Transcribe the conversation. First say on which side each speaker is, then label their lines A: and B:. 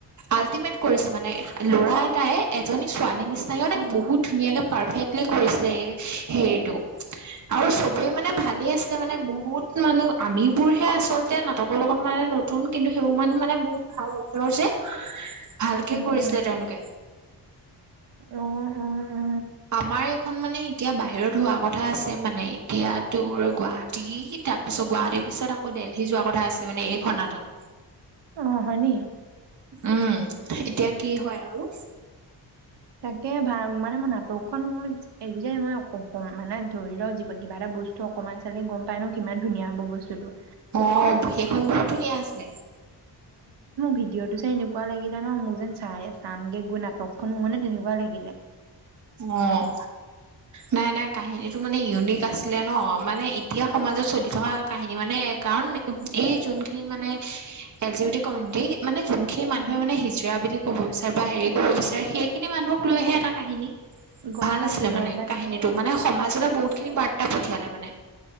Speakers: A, on the right; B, on the right.
A: আল্টিমেট কৰিছে মানে ল'ৰা এটাই এজনী ছোৱালী নিচিনাকে মানে
B: উম।
A: বহুত ধুনীয়াকে পাৰফেক্টলি কৰিছিলে এই হেৰিটো। আৰু চবেই মানে ভালেই আছিলে যে মানে বহুত মানুহ আমিবোৰহে আচলতে নাটকৰ লগত মানে নতুন কিন্তু সেইবোৰ মানুহ মানে বহুত ভাল এক্টৰ যে ভালকে
B: উম
A: কৰিছিলে
B: উম
A: তেওঁলোকে।
B: অ অ অ
A: আমাৰ এইখন মানে এতিয়া বাহিৰত হোৱা কথা আছে মানে এতিয়া তোৰ গুৱাহাটী তাৰপিছত গুৱাহাটীৰ পিছত আকৌ দেলহি যোৱা কথা আছে মানে এইখন নাটক।
B: অ হয়নি?
A: উম এতিয়া কি হয় আৰু।
B: তাকে ভাল মানে মোৰ নাটকখন মইজি <unintelligible> মানে ধৰি লও কিবা এটা বস্তু অকমান চালে গম পাই ন কিমান ধুনীয়া হ'ব বস্তুতটো।
A: অ সেইখন বহুত ধুনীয়া আছিলে।
B: ভিডিঅ' টো চাই এনেকুৱা লাগিলে ন মোৰ যেন চাই চামগে গৈ নাটকখন মোৰ মানে <unintelligible> লাগিলে
A: অহ নাই নাই কাহিনীটো মানে ইউনিক আছে। আছিলে ন মানে এতিয়া সমাজত চলি থকা কাহিনী মানে কাৰণ এই যোনখিনি মানে L G B T committee মানে যোনখিনি মানুহে
B: উম
A: মানে হিজিৰা বুলি ক'ব বিচাৰ বা হেৰি কব বিচাৰে সেইখিনি মানুহক লৈহে এটা কাহিনী।
B: গম
A: ভাল
B: পাইছো
A: আছিলে মানে
B: গম পাইছো
A: কাহিনীটো মানে সমাজতে বহুত খিনি বাত পঠিয়ালে মানে।